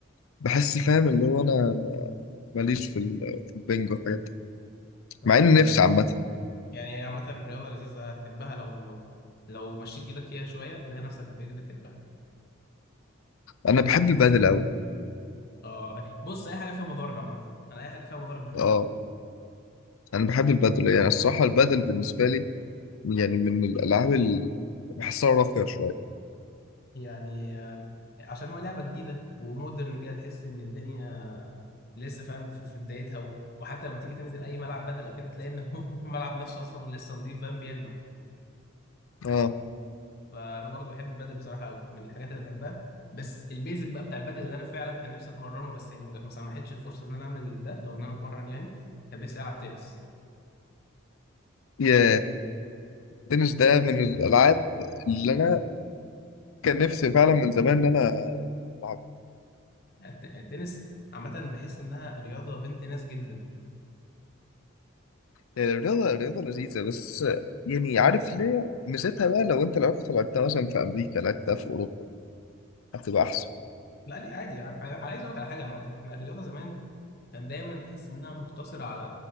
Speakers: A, on the left; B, on the left.
A: بحس فاهم اللي هو انا ماليش في ال- في البنج والحاجات
B: طب
A: مع ان نفسي عامه
B: يعني هي عامة رياضة لذيذة هتحبها لو لو لو مشيت إيدك فيها شوية هتلاقي نفسك بقيت بتحبها
A: انا بحب البادل قوي
B: آه بص أي حاجة فيها مضارب عامة أنا أي حاجة فيها مضارب بحبها
A: اه انا بحب البادل يعني الصراحه البادل بالنسبه لي يعني من الالعاب اللي بحسها راقيه شويه
B: يعني آه، عشان هو لعبة جديدة ومودرن كده تحس إن الدنيا لسه فاهم في في بدايتها و- وحتى لما تيجي تنزل أي ملعب بدل أو كده تلاقي إن هو <laughs> الملعب نفسه أصلا لسه نضيف فاهم بيلمع
A: اه
B: فأنا برضو بحب البدل بصراحة أوي من الحاجات اللي بحبها بس البيزك بقى بتاع البدل اللي أنا فعلا كان نفسي أتمرنه بس يعني ما ما سمحتش الفرصة إن أنا أعمل ده أو إن أنا أتمرن يعني كان نفسي ألعب تنس
A: يا التنس ده من الالعاب اللي انا كان نفسي فعلا من زمان ان انا العبها
B: الت- التنس عامة بحس إنها رياضة بنت ناس جدا
A: يعني الرياضه الرياضه لذيذه بس يعني عارف ليه ميزتها بقى لو انت لو رحت لعبتها مثلا في امريكا لعبتها في اوروبا هتبقى احسن
B: لا ليه عادي ع- عايز أقول لك على حاجة عامة إحنا الرياضة زمان كان دايما تحس انها مقتصره على